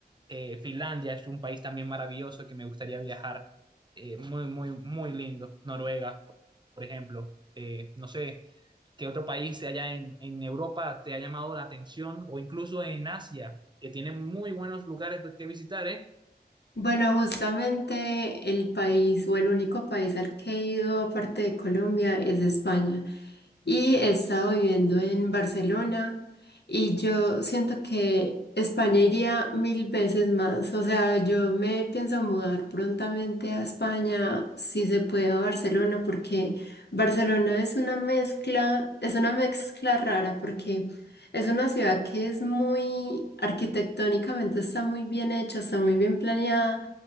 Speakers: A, on the right; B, on the left.
A: Eh, Finlandia es un país también maravilloso que me gustaría viajar, eh, muy, muy, muy lindo. Noruega, por ejemplo. Eh, no sé qué otro país allá en, en Europa te ha llamado la atención o incluso en Asia, que tiene muy buenos lugares que visitar, ¿eh?
B: Bueno, justamente el país o el único país al que he ido aparte de Colombia es España. Y he estado viviendo en Barcelona y yo siento que España iría mil veces más. O sea, yo me pienso mudar prontamente a España, si se puede a Barcelona, porque Barcelona es una mezcla, es una mezcla rara porque... Es una ciudad que es muy arquitectónicamente está muy bien hecha, está muy bien planeada